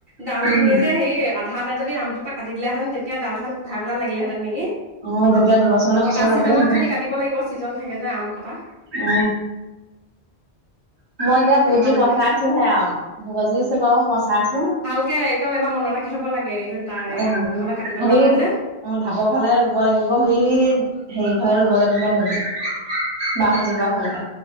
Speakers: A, on the right; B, on the right.
A: ডাল
B: উম
A: খিনি যে সেই আধা এটা যদি আমজো প কাট দিলেঁন তেতিয়াাল চাল পুাইেল লাগিলেঁতেনেকি
B: অ যেতিয়া দুবছৰমানৰ
A: কটা
B: পিছত লাগিলে
A: চিজনত খালি কাটিব লাগিব ছিজন থাকে যে আম কটা
B: উ মই এতিয়া বুটি
A: এনেকুৱা দিনতে
B: পচাইছো হে আৰু বজিছে বাৰু পচাইছো
A: একদমবাৰ মনত ৰাখি থ'ব লাগে এইটো তাৰে
B: অ
A: আম
B: হ
A: নহ'লে কাটি পেলোৱা
B: অ
A: হয় যে।
B: ঢাপৰ ফালে ৰুব লাগিব সে হে ফালে ৰুবলৈ দিব লাগিব বাহ যিব ফালে